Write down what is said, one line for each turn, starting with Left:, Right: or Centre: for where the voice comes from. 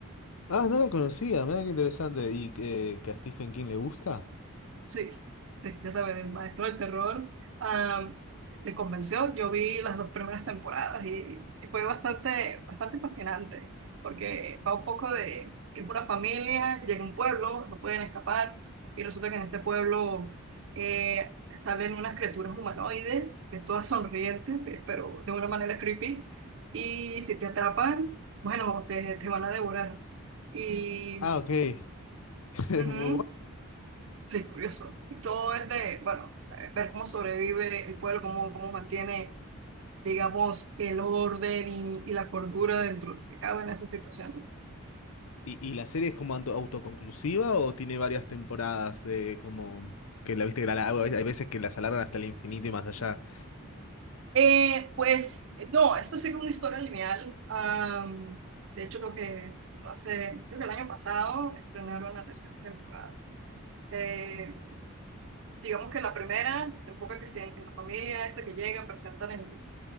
Left: ah, no la conocía, mira qué interesante. ¿Y eh, que a Stephen King le gusta?
Right: Sí, sí, ya sabes, el maestro del terror am, le convenció. Yo vi las dos primeras temporadas y, y fue bastante, bastante fascinante, porque va un poco de que es una familia, llega a un pueblo, no pueden escapar, y resulta que en este pueblo eh, salen unas criaturas humanoides, que todas sonrientes, pe- pero de una manera creepy, y si te atrapan, bueno, te, te van a devorar. Y
Left: Ah, ok. <laughs>
Right: ujú,
Left: Muy bueno.
Right: Sí, curioso. Y todo es de, bueno, eh, ver cómo sobrevive el pueblo, cómo, cómo mantiene, digamos, el orden y, y la cordura dentro de lo que cabe en esa situación.
Left: ¿Y, y la serie es como auto- autoconclusiva o tiene varias temporadas de como que la viste que la, la- hay veces que las alargan hasta el infinito y más allá?
Right: Eh, pues, eh, no, esto sigue una historia lineal. Am, de hecho, lo que, no sé, creo que el año pasado estrenaron la tercera temporada. Eh, digamos que la primera se enfoca que sí en, en la familia esta que llega, presentan el,